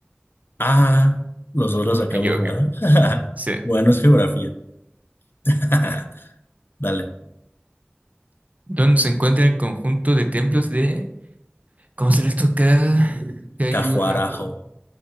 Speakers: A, on the left; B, on the right.
A: Ah, los dos la sacamos
B: Me equivoqué.
A: mal. <laughs>
B: Sí.
A: Bueno, es geografía. <laughs> Dale.
B: Donde se encuentra el conjunto de templos de... ¿Cómo se les toca? Cayurajo.
A: Cajuarajo.